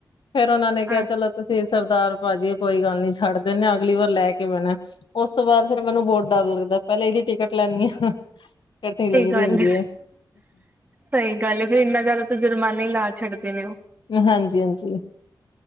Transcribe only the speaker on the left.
ਫੇਰ ਉਹਨਾਂ ਨੇ ਕਿਹਾ,
ਚਲੋ। ਤੁਸੀਂ ਸਰਦਾਰ ਭਾਅ ਜੀ, ਕੋਈ ਗੱਲ ਨਹੀਂ, ਛੱਡ ਦਿੰਦੇ। ਅਗਲੀ ਵਾਰ ਲੈ ਕੇ ਬਹਿਣਾ। ਉਸ ਤੋਂ ਬਾਅਦ ਫੇਰ ਮੈਨੂੰ ਬਹੁਤ ਡਰ ਲੱਗਦਾ, ਪਹਿਲਾਂ ਇਹਦੀ ਟਿਕਟ ਲੈਣੀ ਆਂ, ਕੱਠੀ ਲਈ। ਦੀ
ਹੁੰਦੀ ਹੈ
ਹਾਂਜੀ-ਹਾਂਜੀ।